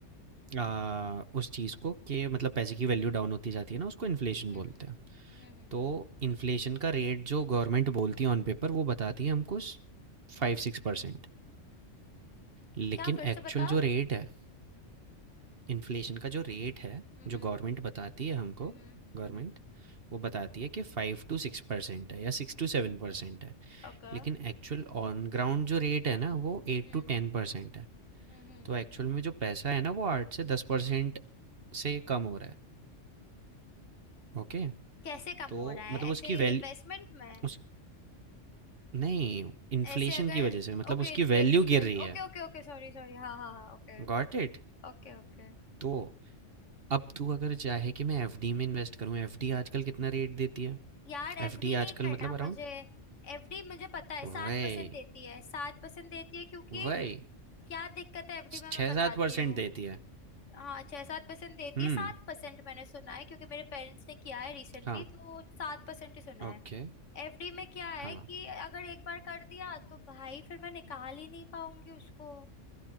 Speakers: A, on the right; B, on the left.
A: अ, उस चीज़ को कि मतलब पैसे की वैल्यू डाउन होती जाती है ना, उसको इन्फ्लेशन
B: हम्म
A: बोलते हैं।
B: हम्म
A: तो इन्फ्लेशन का रेट जो गवर्नमेंट बोलती है ऑन पेपर वो बताती है हमको स 5-6% लेकिन
B: क्या फिर
A: एक्चुअल
B: से बता
A: जो रेट है इन्फ्लेशन का जो रेट है
B: हम्म
A: जो गवर्नमेंट बताती है हमको
B: हम्म
A: गवर्नमेंट
B: हम्म
A: वो बताती है कि फाइव टू सिक्स परसेंट है या सिक्स टू सेवन परसेंट है
B: ओके
A: लेकिन एक्चुअल ऑन ग्राउंड जो रेट है ना वो एट
B: हम्म
A: टू टेन परसेंट है
B: हम्म
A: तो एक्चुअल में जो पैसा है ना वो आठ से दस परसेंट से कम हो रहा है ओके
B: कैसे कम
A: तो
B: हो रहा है
A: मतलब उसकी
B: ऐसे
A: वैल्यू
B: इन्वेस्टमेंट में
A: उस नहीं इन्फ्लेशन
B: ऐसे अगर
A: की वजह से मतलब
B: ओके
A: उसकी
B: इन्फ्लेशन
A: वैल्यू
B: के
A: गिर रही है
B: Okay okay okay sorry sorry हाँ हाँ हाँ ओके
A: Got it
B: Okay okay
A: तो अब तू अगर चाहे कि मैं एफडी में इन्वेस्ट करूं एफडी आजकल कितना रेट देती है
B: यार एफडी
A: एफडी
B: नहीं
A: आजकल
B: करना
A: मतलब
B: मुझे
A: अराउंड
B: एफडी मुझे पता है
A: वही,
B: सात परसेंट देती है सात परसेंट देती है क्योंकि
A: वही
B: क्या दिक्कत है एफडी में
A: 6-7
B: मैं बताती
A: परसेंट
B: हूँ
A: देती है।
B: हाँ छह सात परसेंट देती
A: हुँ,
B: है सात परसेंट मैंने सुना है क्योंकि मेरे पेरेंट्स ने किया है रिसेंटली
A: हाँ,
B: तो सात परसेंट ही सुना
A: ओके,
B: है एफडी में क्या है
A: हाँ,
B: कि अगर एक बार कर दिया तो भाई फिर मैं निकाल ही नहीं पाऊंगी उसको